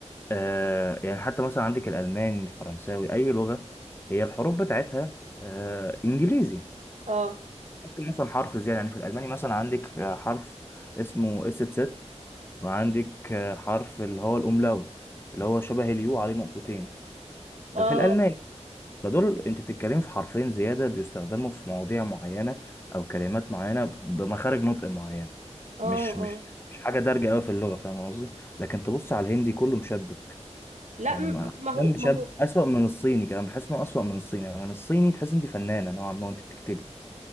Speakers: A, on the left; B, on the right.
A: آه يعني حتى مثلا عندك الألماني الفرنساوي أي لغة هي الحروف بتاعتها آه إنجليزي
B: اه
A: ممكن مثلا حرف زيادة يعني في الألماني مثلا عندك آه، حرف اسمه اس ست وعندك آه، حرف اللي هو الأوملاوت اللي هو شبه اليو عليه نقطتين ده
B: اه
A: في الألماني فدول انت بتتكلمي في حرفين زياده بيستخدموا في مواضيع معينه او كلمات معينه بمخارج نطق معينه
B: اه
A: مش مش
B: اه
A: مش حاجه دارجه قوي في اللغه فاهم قصدي لكن تبص على الهندي كله مشبك
B: لا
A: يعني
B: م-
A: ما انا
B: ما هو
A: كلام مشبك
B: ما هو
A: اسوأ من الصيني كمان بحس انه اسوأ من الصيني يعني الصيني تحس انت فنانه نوعا ما وانت بتكتبي